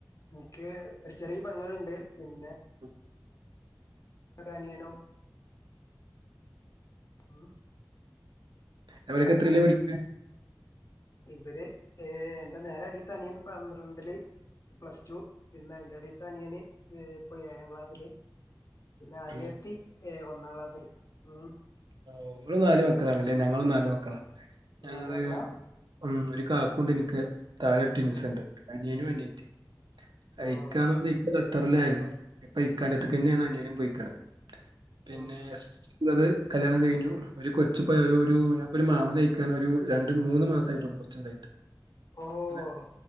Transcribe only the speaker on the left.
എനിക്ക് ഒര് ചെറിയ പങ്ങളുണ്ട് പിന്നെ
ഒരനിയനും. ഉം
അങ്ങനെ
ഇവര് ഏ എന്റെ നേരെ അടിത്തനിയൻ പന്ത്രണ്ടില്. പ്ലസ് ടു പിന്നെ അയിന്റെ അടിത്തെ അനിയന് ഇപ്പോ ഏഴാം ക്ലാസ്സില്. പിന്നെ അനിയത്തി
ഏ ഒന്നാം ക്ലാസില്. ഉം.
നാല് മക്കളാ
ഉം
ഓഹ്
ഉം ഉം
ഉം
ഓഹ്